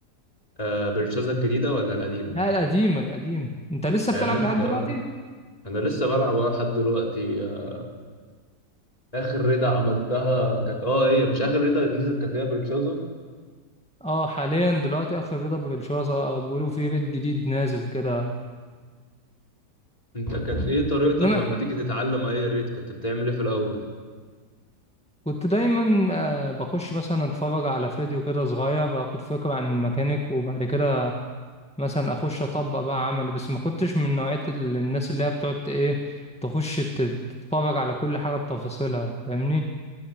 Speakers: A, on the left; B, in the centre.
A: أه برشازة الجديده ولا القديمه
B: لا القديمة القديم انت لسه
A: عملت
B: بتلعب لحد
A: اه
B: دلوقتي
A: انا لسه بلعب آه لحد دلوقتي آه، اخر رضا عملتها كانت اه هي مش اخر رضا نزلت كانت هي برشازو
B: اه حاليا دلوقتي اخر بيضة بابلشاز اه، بيقولوا في بيت جديد نازل كده
A: انت كانت ايه طريقتك
B: انما
A: لما تيجي تتعلم اي ريت كنت بتعمل ايه في الاول
B: كنت دايما آه، بخش مثلا اتفرج على فيديو كده صغير باخد فكرة عن الميكانيك وبعد كده مثلا اخش اطبق بقى عملي بس ما كنتش من نوعية ال- الناس اللي هي بتقعد ت- ايه تخش تت- تتفرج على كل حاجة بتفاصيلها فاهمني